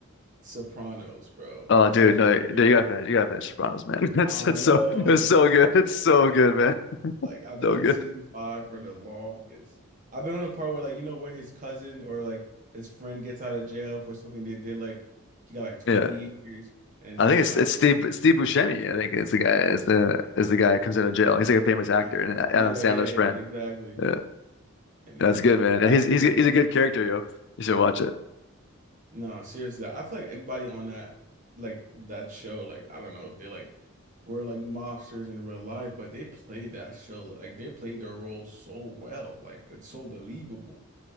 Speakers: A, on the right; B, on the left.
A: Sopranos, bro,
B: Oh,
A: it's
B: dude,
A: actually
B: no, dude,
A: crazy.
B: you gotta finish. You gotta finish Sopranos, man. <laughs> It's
A: I
B: it's
A: know,
B: so it's so good.
A: I know.
B: It's so good, man.
A: Like I've been
B: So
A: on
B: good.
A: season five for the longest. I've been on the part where like you know when his cousin or like his friend gets out of jail for something they did like he got like 20
B: Yeah,
A: years and
B: I
A: he
B: think
A: was
B: it's
A: trying
B: it's
A: to
B: Steve it's Steve Buscemi. I think is the guy is the is the guy who comes out of jail. He's like a famous actor
A: Y-
B: and Adam
A: Yeah,
B: Sandler's
A: yeah, yeah,
B: friend.
A: exactly.
B: Yeah,
A: And then
B: that's good,
A: that,
B: man.
A: that's
B: And he's
A: a
B: he's
A: really
B: he's a good character, yo. You should watch it.
A: no, seriously. I feel like everybody on that like that show, like I don't know if they like were like mobsters in real life, but they played that show like they played their role so well. Like it's so believable.